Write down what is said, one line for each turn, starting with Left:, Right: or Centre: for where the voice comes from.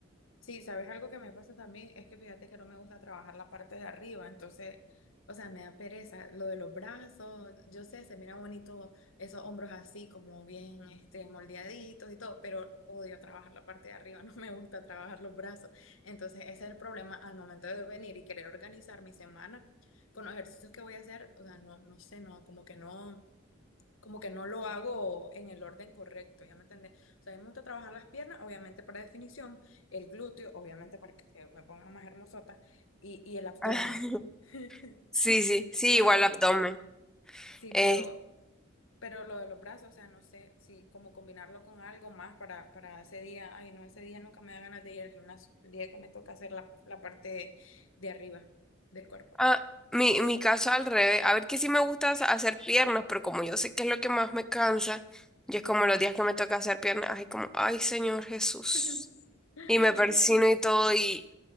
Left: Sí, sabes algo que me pasa también es que fíjate que no me gusta trabajar la parte de arriba, entonces, o sea, me da pereza lo de los brazos, yo sé, se mira bonito esos hombros así como bien este moldeaditos y todo, pero odio trabajar la parte de arriba, <laughs> no me gusta trabajar los brazos. Entonces, ese es el problema al momento de venir y querer organizar mi semana con los ejercicios que voy a hacer, o sea, no no sé, no como que no como que no lo hago en el orden correcto, ¿ya me entendés? O sea, a mí me gusta trabajar las piernas, obviamente para definición, el glúteo, obviamente para que se me pongan más hermosotas, y, y el abdomen,
Centre: Ah,
Left: <laughs>
Centre: Sí, sí, sí,
Left: y así,
Centre: igual abdomen.
Left: sí,
Centre: Eh,
Left: pero, pero lo de los brazos, o sea, no sé, si como combinarlo con algo más para, para ese día, ay, no, ese día nunca me da ganas de ir al gimnasio, el día que me toca hacer la, la parte de arriba del cuerpo.
Centre: Ah, mi, mi caso al revés. A ver que sí me gusta hac- hacer piernas, pero como yo sé que es lo que más me cansa, yo es como los días que me toca hacer piernas, ay, como, ay, Señor Jesús.
Left: <laughs>
Centre: Y me persino y todo, y,